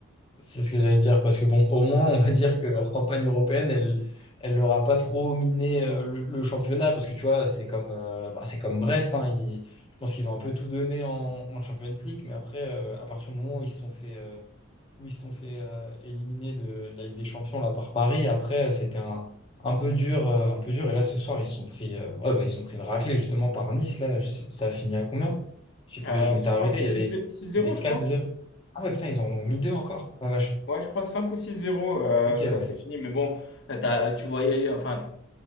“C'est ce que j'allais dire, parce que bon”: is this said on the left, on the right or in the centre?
Left